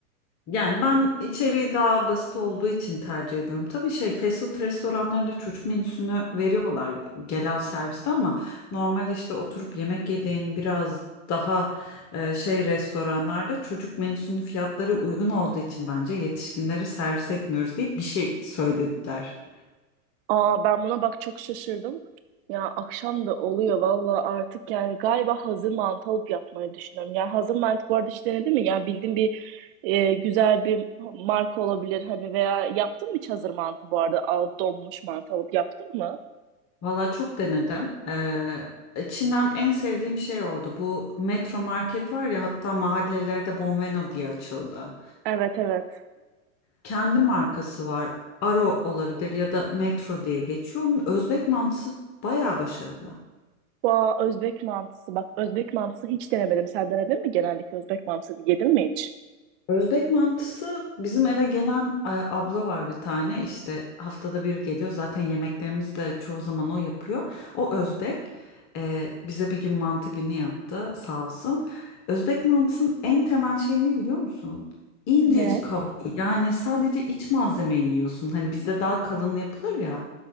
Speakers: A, on the left; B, on the right.
A: Yani ben içeriği daha basit olduğu için tercih ediyorum. Tabii şey fast food restoranlarında çocuk menüsünü veriyorlar gel al serviste ama normal işte oturup yemek yediğin biraz daha e, şey restoranlarda çocuk menüsünün fiyatları uygun olduğu için bence yetişkinlere servis etmiyoruz diye bir şey söylediler.
B: Aa ben buna bak çok şaşırdım. Ya akşam da oluyor valla artık yani galiba hazır mantı alıp yapmayı düşünüyorum. Yani hazır mantı bu arada hiç denedin mi? Yani bildiğin bir e, güzel bir marka olabilir hani veya yaptın mı hiç hazır mantı bu arada alıp donmuş mantı alıp yaptın mı?
A: Valla çok denedim. Ee, İçinden en sevdiğim şey oldu. Bu Metro Market var ya hatta mahallelerde Bonveno diye açıldı.
B: Evet evet.
A: kendi markası var. Aro olabilir ya da Metro diye geçiyor. Onun Özbek mantısı bayağı başarılı.
B: Bu Özbek mantısı bak Özbek mantısı hiç denemedim. Sen denedin mi genellikle Özbek mantısı yedin mi hiç?
A: Özbek mantısı bizim eve gelen e, abla var bir tane işte haftada bir geliyor zaten yemeklerimizi de çoğu zaman o yapıyor. O Özbek E, bize bir gün mantı günü yaptı sağ olsun. Özbek mantısının en temel şey ne biliyor musun? İncecik
B: Ne?
A: hamur yani sadece iç malzemeyi yiyorsun hani bizde daha kalın yapılır ya.